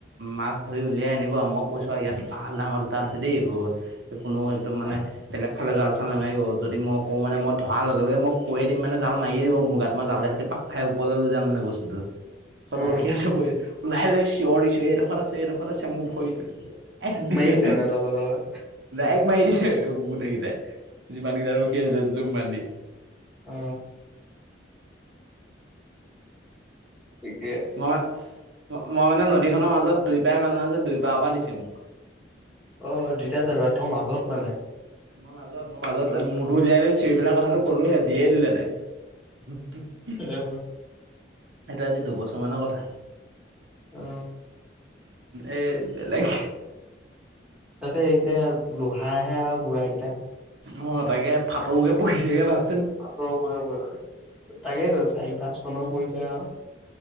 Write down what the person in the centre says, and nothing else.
অ
অ
মাৰি দিলে মানে লগৰ লগত
অ ঠিকে
অ দুইটা জাগা তোৰ মাজত মানে
অ
অ
তাতে এইকেইটা লোহাৰাহে আৰু বুঢ়া কেইটা
আ তাকেইেতো চাৰি পাঁচ চনৰো পৰিছে আৰু